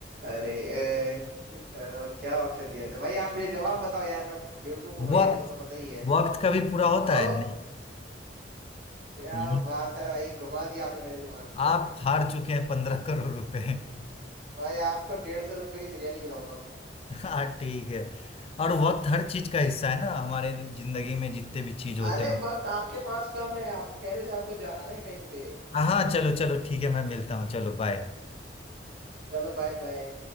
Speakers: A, on the right; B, on the left.
A: अरे अ, और क्या ऑप्शन दिया था भाई आप मुझे जवाब बताओ यार मैं बेवकूफ हूँ भाई
B: वक्त
A: आपको तो पता ही है
B: वक्त कभी पूरा होता
A: ओ
B: है नहीं
A: क्या
B: नहीं।
A: बात है भाई घुमा दिया आपने मेरे दिमाग को
B: आप हार चुके हैं पंद्रह करोड़ रुपए
A: भाई आपको डेढ़ सौ रुपए की बिरयानी खिलाऊंगा मैं
B: हाँ ठीक है और वक्त हर चीज का हिस्सा है ना हमारे जिंदगी में जितने भी चीज होते
A: अरे
B: हैं
A: वक्त आपके पास कम है आप कह रहे थे आपको जाना है कहीं पे
B: हाँ हाँ चलो चलो ठीक है मैं मिलता हूँ चलो बाय
A: चलो बाय बाय